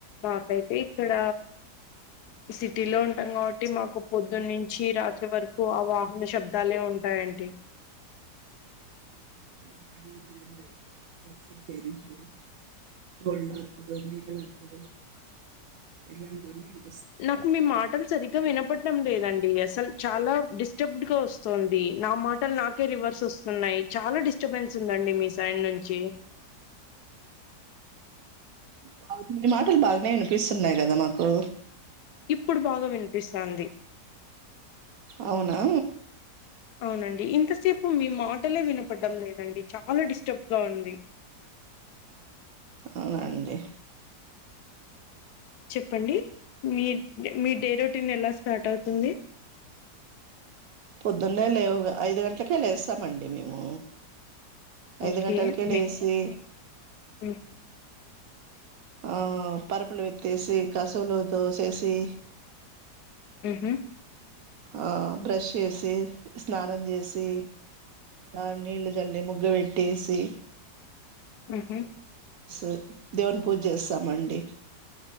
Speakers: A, on the left (about 70°); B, on the right (about 65°).
A: మాకైతే ఇక్కడ సి సీటీలో ఉంటాం కాబట్టి మాకు పొద్దున్నుంచి రాత్రి వరకు ఆ వాహన శబ్దాలే ఉంటాయ్ ఆంటీ
B: <unintelligible>
A: నాకు మీ మాటలు సరిగ్గా వినపడ్డం లేదండి అసలు చాలా డిస్టర్బ్డ్ గా వస్తుంది నా మాటలు నాకే రివర్స్ వస్తున్నాయి చాలా డిస్ స్టబెన్స్ ఉందండి మీ సైన్ నుంచి
B: బా మీ మాటలు బాగానే వినిపిస్తున్నాయి కదా నాకు
A: ఇప్పుడు బాగా వినిపిస్తాంది
B: అవునా
A: అవునండి ఇంతసేపు మీ మాటలే వినపడ్డం లేదండి చాలా డిస్టర్బ్గా ఉంది
B: అవునా అండీ
A: చెప్పండి మీ మీ డే రొటీన్ ఎలా స్టార్ట్ అవుతుంది
B: పొద్దున్నే లేవు ఐదు గంటలకే లేస్తామండి మేము ఐదు
A: ఓకే
B: గంటలకే
A: మే
B: లేసి
A: హ్మ్
B: ఆ పరుపులు వితేసి కశువులు తోసేసి
A: హ్మ్ హు
B: ఆ బ్రష్ చేసి స్నానం చేసి ఆ నీళ్లు చల్లి ముగ్గు పెట్టేసి
A: హుహు
B: స్ దేవుని పూజ చేస్తామండి